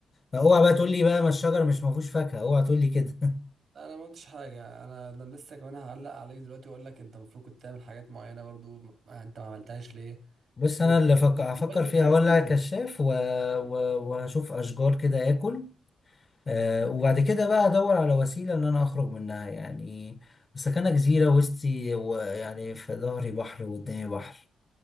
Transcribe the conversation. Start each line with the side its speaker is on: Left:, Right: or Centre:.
Left: ما اوعى بقى تقول لي بقى ما الشجر مش ما فيهوش فاكهة اوعى تقول لي كده
Right: لا انا ما قلتش حاجه انا ده لسه كمان هعلق عليك دلوقتي واقول لك انت المفروض كنت تعمل حاجات معينه برضو ما انت ما عملتهاش ليه
Left: <laughs> بص
Right: كده
Left: انا اللي فك...
Right: دلوقتي
Left: هفكر
Right: انت
Left: فيها
Right: عايز
Left: ولا
Right: تطلع
Left: كشاف و... و... وهشوف اشجار كده اكل أه وبعد كده بقى ادور على وسيلة ان انا اخرج منها يعني سكنة جزيرة وسطي ويعني في ظهري بحر وقدامي بحر